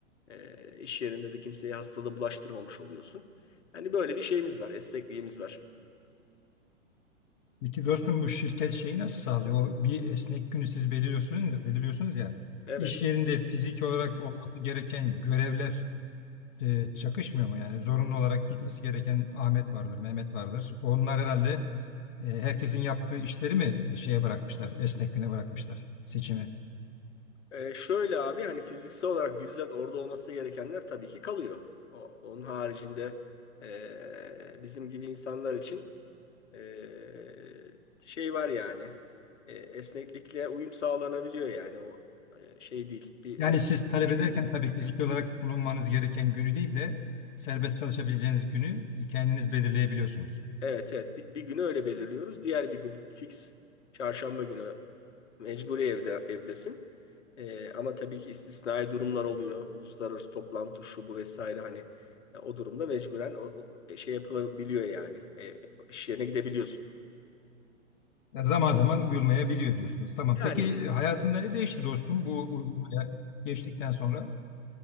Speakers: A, on the left; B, on the left.
A: E, iş yerinde de kimseye hastalığı bulaştırmamış oluyorsun. Hani böyle bir şeyimiz var, esnekliğimiz var.
B: Peki dostum bu şirket şeyi nasıl sağlıyor? O bir esnek günü siz belirliyorsunuz, belirliyorsunuz ya.
A: Evet.
B: İş yerinde fiziki olarak olması gereken görevler e, çakışmıyor mu? Yani zorunlu olarak gitmesi gereken Ahmet vardır, Mehmet vardır. Onlar herhalde e, herkesin yaptığı işleri mi e, şeye bırakmışlar, esnek güne bırakmışlar seçimi?
A: Ee, şöyle abi hani fiziksel olarak bizzat orada olması gerekenler tabii ki kalıyor. O, onun haricinde ee, bizim gibi insanlar için ee, şey var yani Ee, esneklikle uyum sağlanabiliyor yani o e, şey değil. Bir,
B: Yani
A: her-
B: siz talep ederken tabii fiziki olarak bulunmanız gereken günü değil de serbest çalışabileceğiniz günü e, kendiniz belirleyebiliyorsunuz.
A: evet evet bir, bir günü öyle belirliyoruz. Diğer bir gün fix çarşamba günü Mecburi evde evdesin. Ee, ama tabii ki istisnai durumlar oluyor. Uluslararası toplantı şu bu vesaire hani e, o durumda mecburen o, o e, şey yapabiliyor yani. E, iş yerine gidebiliyorsun.
B: Ya zaman zaman uyulmayabiliyor diyorsunuz. Tamam.
A: Yani
B: Peki
A: is-
B: e, hayatında ne değişti dostum bu uygulamaya geçtikten sonra?